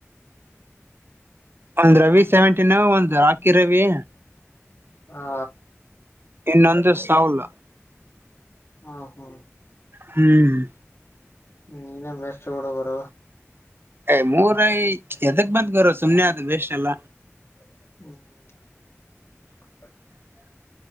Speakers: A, on the right (about 50°); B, on the left (about 55°).
A: ಒಂದ್ ರವಿ ಸೆವೆಂಟೀನ್ ಒಂದು್ ರಾಕಿ ರವಿ
B: ಹಾ
A: ಇನ್ನೊಂದು ಸಾೌಲ
B: ಹಾ ಹಾ
A: ಹ್ಮ್
B: ಹ್ಮ ಬೆಷ್ಟ ಬಡ ಬರ
A: ಏ ಮೂರೈ ಎದಕ್ ಬಂದ್ ಗರು ಸುಮ್ನೆ ಆದ ವಸ್ ಎಲ್ಲ
B: ಹ್ಮ್
A: ಹ